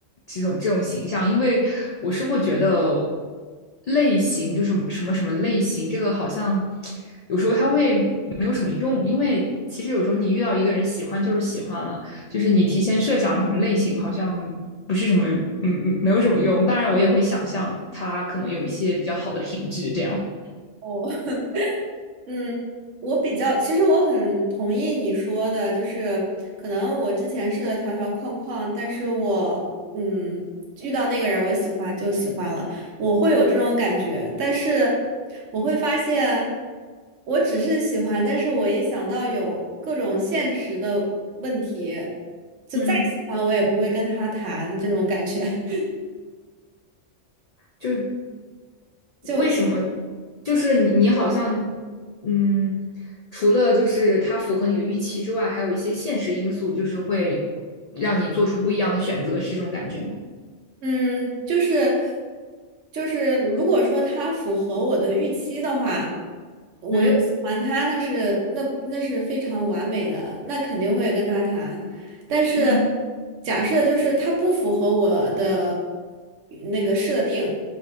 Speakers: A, on the left; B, on the right.
A: 这种这种形象，因为我是会觉得类型就是什么什么类型，这个好像有时候它会没有什么用，因为其实有时候你遇到一个人喜欢就是喜欢了，就是你提前设想什么类型好像不是什么嗯嗯没有什么用，当然我也会想象他可能有一些比较好的品质这样。
B: 哦。嗯，我比较，其实我很同意你说的，就是可能我之前是的条条框框，但是我嗯遇到那个人我喜欢就喜欢了，我会有这种感觉，但是我会发现我只是喜欢，但是我一想到有各种现实的问题，就再喜欢我也不会跟他谈这种感觉。
A: 嗯。
B: <laughs>
A: 就是为什么？
B: 就。
A: 就是你你好像嗯，除了就是它符合你的预期之外，还有一些现实因素，就是会让你做出不一样的选择，是这种感觉吗？
B: 嗯，就是就是，如果说他符合我的预期的话，我又喜欢他，
A: 嗯
B: 那是那那是非常完美的，那肯定会跟他谈。但是
A: 嗯
B: 假设就是他不符合我的嗯那个设定，